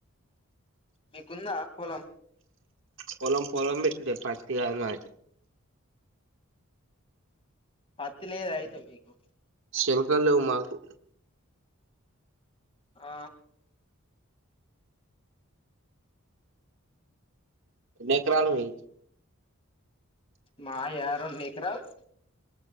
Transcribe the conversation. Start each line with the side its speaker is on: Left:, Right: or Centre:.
Left: మీకుందా పొలం
Right: పొలం పొలం పెట్ పతి కాదు మరి
Left: పత్లేదు అయితే మీకు
Right: శంకాలువు లేవు మాకు
Left: ఆ
Right: ఎన్ని ఎకరాలు ఉంది
Left: మా యా రెండు ఎకరాలు